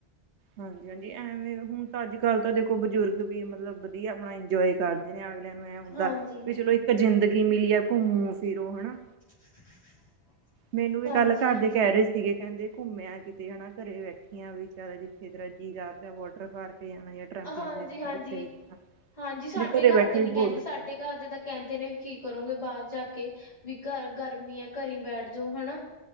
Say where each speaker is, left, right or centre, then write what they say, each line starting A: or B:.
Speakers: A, on the right; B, on the left.
A: ਹਾਂਜੀ ਹਾਂਜੀ ਐਵੇਂ ਹੁਣ ਤਾਂ ਅੱਜ ਕੱਲ ਤਾਂ ਦੇਖੋ ਬਜ਼ੁਰਗ ਵੀ ਮਤਲਬ ਵਧੀਆ ਆਪਣਾ ਇੰਜੋਏ ਕਰ ਕ ਨੇ ਅਗਲਿਆਂ ਨੂੰ ਇਹ ਹੁੰਦਾ
B: ਹਾਂਜੀ।
A: ਵੀ ਚਲੋ ਇੱਕ ਜ਼ਿੰਦਗੀ ਮਿਲੀ ਹੈ ਘੁੰਮੋ ਫਿਰੋ ਹਨਾ
B: <inaudible>
A: ਮੈਨੂੰ ਵੀ
B: ਹਾਂਜੀ
A: ਗੱਲ ਘਰ
B: ਹਾਂਜੀ
A: ਦੇ ਕਹਿ ਰਹੇ ਸੀ ਇਹ ਕਹਿੰਦੇ ਘੁੰਮਿਆ ਕਿਤੇ ਹਨਾ ਘਰੇ ਬੈਠੀਆਂ ਵੀ ਜਿੱਥੇ ਦਰਜੀ ਲਦਾ ਵੋਟਰ ਪਾਕ ਕੇ ਜਾਣਾ ਟਰੈਂਪਲਿਨ
B: ਹਾਂਜੀ
A: ਦੇ ਵਿੱਚ
B: ਹਾਂਜੀ
A: ਜਿੱਥੇ ਵੀ ਜਾਣਾ
B: ਹਾਂਜੀ ਸਾਡੇ
A: ਵੀ ਘਰੇ
B: ਘਰ
A: ਬੈਠੇ
B: ਦੇ ਨੀ
A: ਵੀ
B: ਕਹਿੰਦੇ
A: ਬੋਰ ਹੁੰਦੇ
B: ਸਾਡੇ
A: ਨੇ
B: ਘਰ ਦੇ ਤਾਂ ਕਹਿੰਦੇ ਨੇ ਵੀ ਕੀ ਕਰੋਗੇ ਬਾਹਰ ਜਾ ਕੇ ਵੀ ਘਰ ਗਰਮੀ ਹੈ ਘਰੇ ਬੈਠ ਜਾਓ ਹਨਾ